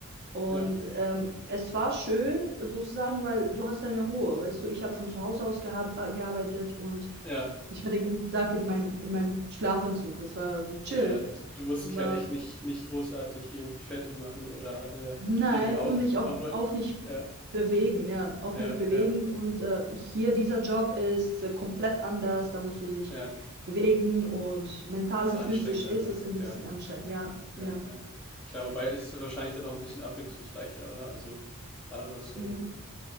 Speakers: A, on the right; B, in the centre.
A: Und
B: Ja.
A: ähm, es war schön sozusagen, weil du hast deine Ruhe, weißt du? Ich habe von zu Hause aus geha äh, gearbeitet und
B: Ja.
A: ich war den ganzen Tag in, mein, in meinem Schlafanzug. Das war so chill.
B: Ja, d- du musst
A: Aber
B: dich halt echt nicht, nicht großartig irgendwie fertig machen oder äh,
A: Nein,
B: irgendwie auf,
A: und nicht
B: aufräumen.
A: auch, auch nicht
B: Ja.
A: bewegen, ja, auch
B: Ja,
A: nicht bewegen.
B: ja,
A: Und äh, hier dieser Job ist äh, komplett anders, da musst du dich
B: ja.
A: bewegen und mental
B: Das ist
A: und
B: anstrengender,
A: physisch ist
B: ne?
A: es ein bisschen
B: Ja,
A: anstrengend, ja,
B: ja,
A: ja.
B: ja. Klar, wobei ist es wahrscheinlich dann auch ein bisschen abwechslungsreicher, oder? Also gerade was so,
A: Mm,